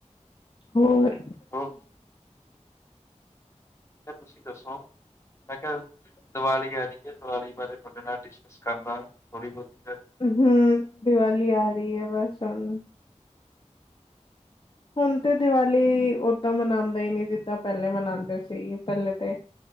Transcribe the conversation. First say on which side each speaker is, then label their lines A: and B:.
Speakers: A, on the left; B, on the left.
A: ਹੋਰ
B: ਹੋਰ ਤੁਸੀਂ ਦੱਸੋ? ਮੈਂ ਕੇਆ ਦੀਵਾਲੀ ਆ ਰੀ ਆ। ਦੀਵਾਲੀ ਬਾਰੇ ਥੁਆਡੇ ਨਾਲ ਡਿਸਕਸ ਕਰਦਾ ਥੋੜ੍ਹੀ ਬੋਤੀ।
A: ਹੂੰ ਦੀਵਾਲੀ ਆ ਰੀ ਐ ਬਸ ਹੁਣ ਹੁਣ ਤੇ ਦੀਵਾਲੀ ਓਦਾਂ ਮਨਾਂਦੇ ਈ ਨੀ ਜਿੱਦਾਂ ਪੈਲੇ ਮਨਾਂਦੇ ਸੀ। ਪੈਲੇ ਤੇ